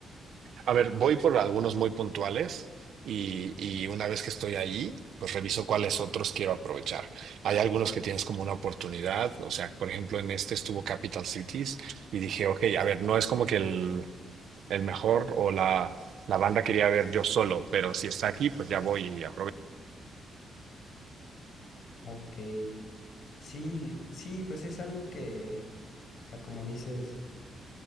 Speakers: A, on the right; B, on the left.
A: A ver, voy por algunos muy puntuales y, y una vez que estoy ahí, pues reviso cuáles otros quiero aprovechar. Hay algunos que tienes como una oportunidad. O sea, por ejemplo, en este estuvo Capital Cities y dije, ok, a ver, no es como que el el mejor o la, la banda quería ver yo solo, pero si está aquí, pues ya voy y aprovecho.
B: Ok. Sí, sí, pues es algo que, o sea, como dices,